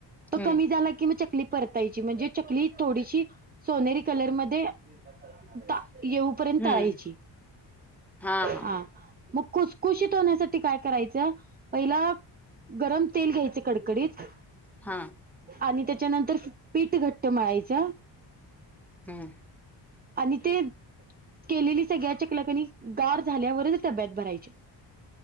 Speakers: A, on the right (about 25°); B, in the centre.
A: तो
B: हम्म
A: कमी झाला की मग चकली परतायची म्हणजे चकली थोडीशी सोनेरी कलर मध्ये ता येऊपर्यंत
B: हम्म
A: तळायची
B: हा हा
A: आ मग खुसखुशीत होण्यासाठी काय करायचं पहिला गरम तेल घ्यायचे कडकडीत
B: हा!
A: आणि त्याच्यानंतर पीठ घट्ट मळायच
B: हम्म!
A: आणि ते केल्याली सगळ्या चकल्या कणी गार झाल्यावरच डब्यात भरायचे.